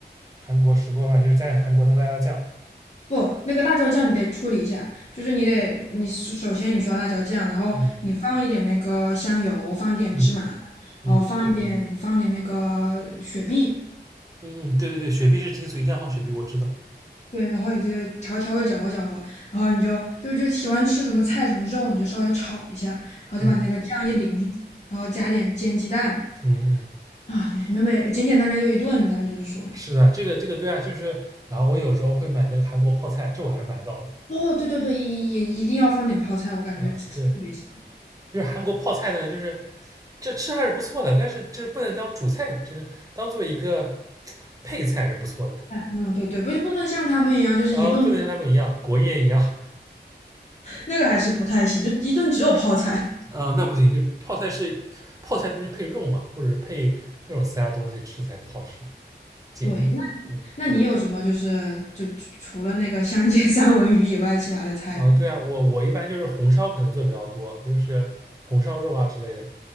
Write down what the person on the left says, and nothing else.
不，那个辣椒酱你得处理一下，就是你得，你首首先你需要辣椒酱，然后你放一点那个香油，
放一点芝麻，
然后放一嗯点放一点那个雪碧，
对，然后你就调调味搅和搅和，然后你就就就喜欢吃什么菜什么肉，你就稍微炒一下，然后再把那个酱一淋，
然后加点煎鸡蛋
啊，美美简简单单又一顿，咱们就是说。
哦，对对对，也也一定要放点泡菜，我感觉特特别香。
嗯，对对，不是不能像他们一样，就是一顿
那个还是不太行，就一顿只有泡菜。<laughs>
对，那
那你嗯有什么就是就除了那个香煎三文鱼以外，其他的菜吗？